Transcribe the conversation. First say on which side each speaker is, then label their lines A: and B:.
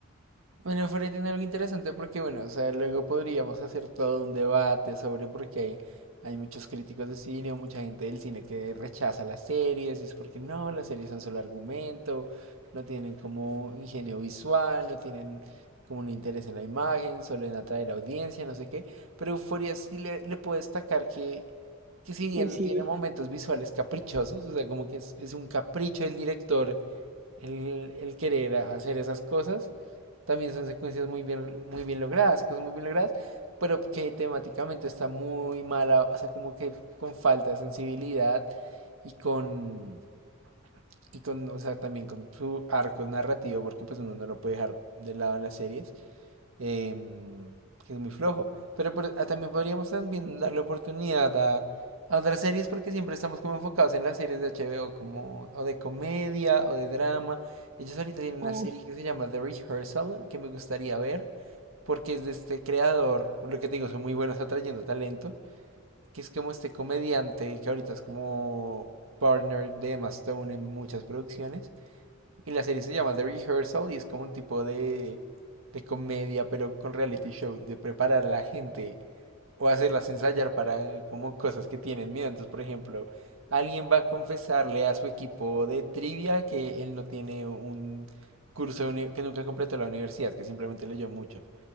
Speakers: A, on the right (about 75°); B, on the right (about 35°).
A: Bueno, Fred tiene algo interesante porque, bueno, o sea, luego podríamos hacer todo un debate sobre por qué hay, hay muchos críticos de cine o mucha gente del cine que rechaza las series y es porque no, las series son solo argumento, no tienen como ingenio visual, no tienen como un interés en la imagen, solo en atraer audiencia, no sé qué. Pero Euphoria sí le, le puedo destacar que, que si bien
B: Uy, sí.
A: tiene momentos visuales caprichosos, o sea, como que es, es un capricho del director el, el querer hacer esas cosas también son secuencias muy bien, muy bien logradas, y cosas muy bien logradas, pero que temáticamente está muy mala, o sea, como que con falta de sensibilidad y con, y con, o sea, también con su arco narrativo, porque pues uno no lo puede dejar de lado en las series em, que es muy flojo. Pero por- ah, también podríamos también darle oportunidad a, a otras series porque siempre estamos como enfocados en las series de H B o como o de comedia o de drama. Ellos ahorita tienen una
B: Oh,
A: serie que se llama The Rehearsal que me gustaría ver porque es de este creador, lo que te digo, son muy buenos atrayendo talento, que es como este comediante que ahorita es como partner de Emma Stone en muchas producciones. Y la serie se llama The Rehearsal y es como un tipo de, de comedia, pero con reality show, de preparar a la gente o hacerlas ensayar para eh, como cosas que tienen miedo. Entonces, por ejemplo, alguien va a confesarle a su equipo de trivia que él no tiene un curso uni- que nunca completó la universidad, que simplemente leyó mucho.